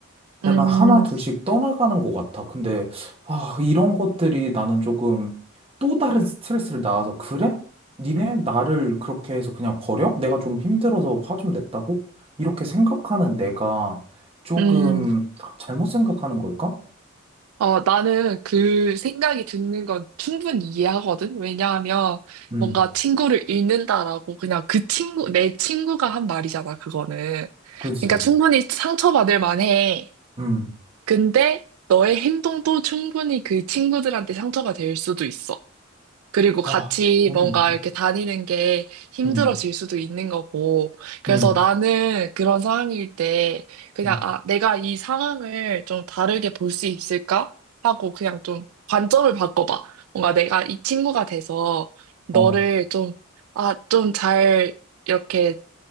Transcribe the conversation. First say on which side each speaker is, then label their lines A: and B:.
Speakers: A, on the right; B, on the right.
A: 응,
B: 약간 하나 둘씩 떠나가는 것 같아. 근데, 아, 이런 것들이 나는 조금 또 다른 스트레스를 낳아서, 그래? 니네 나를 그렇게 해서 그냥 버려? 내가 좀 힘들어서 화 좀 냈다고? 이렇게 생각하는 내가 조금
A: 응.
B: 잘못 생각하는 걸까?
A: 어, 나는 그 생각이 드는 건 충분히 이해하거든? 왜냐하면
B: 음,
A: 뭔가 친구를 잃는다라고 그냥 그 친구, 내 친구가 한 말이잖아, 그거는.
B: 그지.
A: 그러니까 충분히 상처받을 만해.
B: 음,
A: 근데 너의 행동도 충분히 그 친구들한테 상처가 될 수도 있어. 그리고 같이
B: 아, 그렇네.
A: 뭔가 이렇게 다니는 게 힘들어질
B: 음,
A: 수도 있는 거고. 그래서
B: 음,
A: 나는 그런 상황일 때 그냥
B: 음.
A: 아, 내가 이 상황을 좀 다르게 볼 수 있을까? 하고 그냥 좀 관점을 바꿔봐. 뭔가 내가 이 친구가 돼서 너를
B: 어.
A: 좀, 아, 좀 잘 이렇게